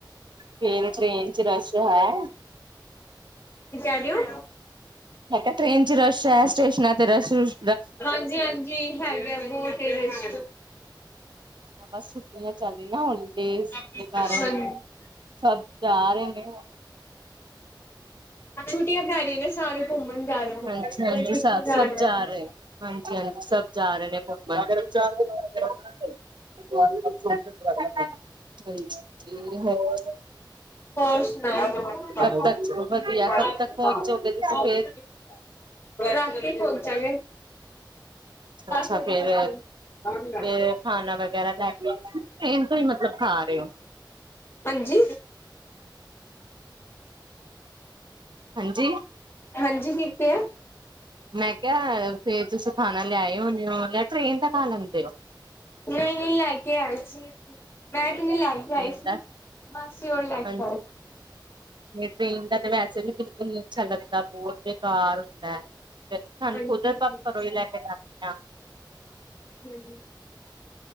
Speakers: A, on the right; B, on the left.
A: ਫੇਰ ਟ੍ਰੇਨ ਚ ਰੱਸ਼ ਹੈ?
B: ਕੀ ਕੈਰੇ ਓ?
A: ਮੈਂ ਕੇਆ ਟ੍ਰੇਨ ਚ ਰਸ਼ ਹੈ, ਸਟੇਸ਼ਨਾਂ ਤੇ ਰਸ਼ੱ ਰੂਸ਼?
B: ਹਾਂਜੀ, ਹਾਂਜੀ ਹੈਗੇ ਬੋਤ ਏ ਰਸ਼।
A: ਹਾਂ ਬਾਸ ਛੁੱਟੀਆਂ ਚੱਲਰੀ ਨਾ, ਹੋਲੀਡੇਜ਼
B: ਹਾਂਜੀ
A: ਦੇ ਕਾਰਨ ਸਬ ਜਾ ਰੇ ਨੇ।
B: ਛੁੱਟੀਆਂ ਪੈ ਗੀਆਂ ਨੇ ਸਾਰੇ ਘੁੰਮਣ ਜਾ ਰਹੇ
A: ਹਾਂਜੀ,
B: ਨੇ,
A: ਹਾਂਜੀ
B: ਕੋਈ ਕਿੱਥੇ
A: ਸਾ ਸਬ
B: ਰਿਹਾ
A: ਜਾ
B: ਸੀ।
A: ਰੇ, ਹਾਂਜੀ, ਹਾਂਜੀ ਸਬ ਜਾ ਰੇ ਨੇ। <unintelligible> <unintelligible> ਹੋਰ?
B: ਹੋਰ ਸੁਨਾਓ?
A: ਕਬ ਤੱਕ
B: <unintelligible>
A: ਵਧੀਆ ਕਬ ਤੱਕ ਪਹੁੰਚੋਗੇ ਤੁਸੀਂ ਫੇਰ
B: ਰਾਤੀ ਪੋਂਚਾਗੇ। ਦਾੱਸ
A: ਅੱਛਾ
B: ਵਜੇ
A: ਫੇਰ
B: ਤਕਨ।
A: ਫੇਰ ਖਾਣਾ ਵਗੈਰਾ ਲੈ ਕੇ ਟ੍ਰੇਨ <unintelligible>
B: ਹਾਂਜੀ।
A: ਹਾਂਜੀ।
B: ਹਾਂਜੀ, ਕੀ ਕੇਐ?
A: ਮੈਂ ਕੇਆ ਫੇਰ ਤੂਸੀ ਖਾਨਾ ਲੇਆਏ ਓ ਨਾਲ, ਟ੍ਰੇਨ ਦਾ ਖਾ ਲੈਂਦੇ ਓ?
B: ਨਈ ਨਈ ਲੈ ਕੇ ਆਏ ਸੀ। ਮੈਂ
A: ਟ੍ਰੇਨ
B: ਤੇ ਨੀ ਲੈ ਕੇ ਆਈ ਸੀ
A: ਦਾ
B: ਮਾਸੀ ਹੋਰ ਲੈ ਕੇ
A: ਹਾਂਜੀ
B: ਆਏ ਸੀ।
A: ਟ੍ਰੇਨ ਦਾ ਤੇ ਵੈਸੇ ਵੀ ਬਿਲਕੁੱਲ ਨੀ ਅੱਛਾ ਲੱਗਦਾ ਬੋਤ ਬੇਕਾਰ ਹੁੰਦੈ। ਸਾਨੂੰ
B: ਹਾਂਜੀ
A: ਖੁਦ
B: ਹਾਂਜੀ।
A: ਆਪਾਂ ਘਰੋਂ ਹੀ <inaudible> ਲੈ ਕੇ ਜਾਂਦੇ ਆ।
B: ਹੂੰ ਹੂੰ।